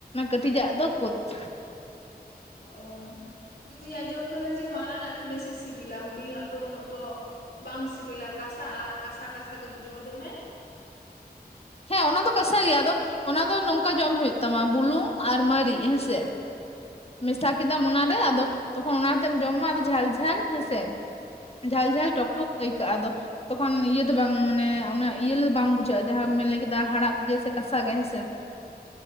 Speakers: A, on the left; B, on the left.
A: ᱠᱟᱹᱴᱤᱡ ᱟᱜ ᱫᱚ ᱠᱳᱫᱷ᱾
B: ᱚ ᱤᱧ ᱫᱩᱧ ᱟᱸᱡᱚᱢ ᱠᱟᱫᱟ ᱡᱮ ᱢᱟᱨᱟᱝ ᱟᱜ ᱜᱮ ᱵᱮᱥᱤ ᱥᱤᱵᱤᱞᱟ ᱦᱩᱰᱤᱧ ᱟᱜ ᱫᱚ ᱩᱱᱟᱹᱜ ᱫᱚ ᱵᱟᱝ ᱥᱤᱵᱤᱞᱟ ᱠᱟᱥᱟᱜᱼᱟ ᱠᱟᱥᱟ ᱠᱟᱥᱟ ᱜᱮ ᱵᱩᱡᱩᱜᱼᱟ ᱫᱚᱢᱮ,
A: ᱦᱮᱸ ᱚᱱᱟ ᱫᱚ ᱠᱟᱥᱟ ᱜᱮᱭᱟ ᱟᱫᱚ ᱚᱱᱟ ᱫᱚ ᱱᱚᱝᱠᱟ ᱡᱚᱢ ᱦᱩᱭᱩᱜ ᱛᱟᱢᱟ ᱵᱩᱞᱩᱝ ᱟᱨ ᱢᱟᱨᱤᱪ ᱦᱮᱸᱥᱮ, ᱢᱮᱥᱟ ᱠᱮᱫᱟᱢ ᱚᱱᱟᱨᱮ ᱟᱫᱚ ᱛᱚᱠᱷᱚᱱ ᱚᱱᱟᱛᱮᱢ ᱡᱚᱢᱟ ᱟᱫᱚ ᱡᱷᱟᱹᱞ ᱡᱷᱟᱹᱞ ᱦᱮᱸᱥᱮ, ᱡᱷᱟᱞ ᱡᱷᱟᱞ ᱴᱚᱠ ᱴᱚᱠ ᱟᱹᱭᱠᱟᱹᱜ ᱟᱫᱚ ᱛᱚᱠᱷᱚᱱ ᱤᱭᱟᱹ ᱫᱚ ᱵᱟᱝ ᱢᱟᱱᱮ ᱚᱱᱟ ᱤᱭᱟᱹ ᱵᱟᱝ ᱵᱩᱡᱷᱟᱹᱜᱼᱟ ᱡᱟᱦᱟᱸᱢ ᱞᱟᱹᱭ ᱠᱮᱫᱟ ᱦᱟᱲᱦᱟᱜ ᱜᱮᱥᱮ ᱠᱟᱥᱟᱜ ᱜᱮ ᱦᱮᱸᱥᱮ,